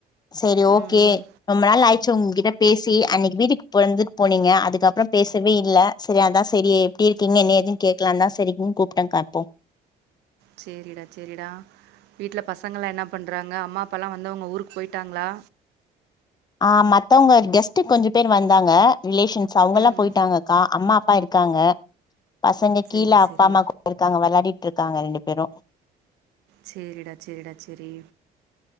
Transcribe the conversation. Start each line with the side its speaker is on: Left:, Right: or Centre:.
Left: சரி ஓகே
Right: ம் ம்
Left: ரொம்ப நாள் ஆய் சோ உங்கிட்ட பேசி அன்னிக்கு வீட்க்கு பொறந்துட்டு போனீங்க அதுக்கப்புறோ பேசவே இல்ல சரி அதா சரி எப்பிடி இருக்கீங்க என்ன ஏதுன்னு கேட்கலாந்தா சரிங்கன்னு கூப்ட்டங்கா போ
Right: சேரிடா சேரிடா வீட்டுல பசங்கலா என்ன பண்றாங்க அம்மா அப்பால்லா வந்தவங்க ஊருக்கு போயிட்டாங்களா
Left: ஆ மத்தவங்க கெஸ்ட்டு கொஞ்ச பேர் வந்தாங்க ரிலேஷன்ஸ் அவங்க எல்லா
Right: ம்
Left: போயிட்டாங்கக்கா அம்மா ப்பா இருக்காங்க பசங்க
Right: சேரி
Left: கீழே அப்பா
Right: சேரி
Left: அம்மா கூ இருக்காங்க விளையாடிட் ட்டு இருக்காங்க ரெண்டு பேரு
Right: சேரிடா சேரிடா சேரி